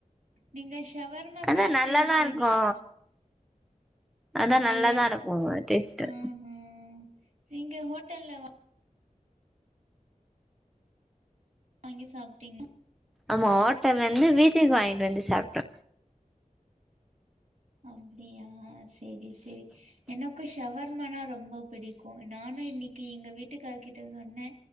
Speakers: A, on the right; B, in the centre.
A: நீங்க ஸ் சவர்மா
B: அதா
A: சாப்ட்டு
B: நல்லாதா
A: இருக்கறீங்களான்
B: இருக்கு அதா
A: அப்டியே
B: நல்லாதா இருக்கு டேஸ்ட்டு
A: ம் ம் நீங்க ஹோட்டல்ல வாங்கி சாப்ட்டீங்க
B: ஆமா ஹோட்டல் வந்து வீட்டுக்கு வாங்கிட்டு வந்து சாப்ட்டோ
A: அப்டியா செரி செரி எனக்கு ஷவர்மானா ரொம்ப பிடிக்கு நானு இன்னைக்கு எங்க வீட்டுக்கார் கிட்ட சொன்னே